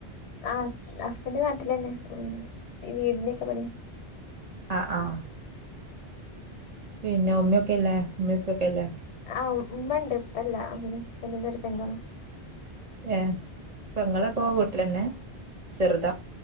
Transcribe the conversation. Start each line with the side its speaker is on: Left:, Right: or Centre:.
Left: ആഹ് ഹസ്ബന്റ് നാട്ടിലന്നെ ഈ വീടിന്റെ ഒക്കെ പണിയ
Right: ആഹ് പിന്നെ ഉമ്മിയൊക്കെ ഇല്ലേ ഉമ്മിപ്പിയൊക്കെ ഇല്ലേ?
Left: ആഹ് ഉമ്മ ഇണ്ട് ഉപ്പല്ല പിന്നെ ഹസ്ബന്റിന്റെ ഒരു പെങ്ങളും
Right: ഏഹ് പെങ്ങളപ്പൊ വീട്ടിലന്നെ ചെറുതാ?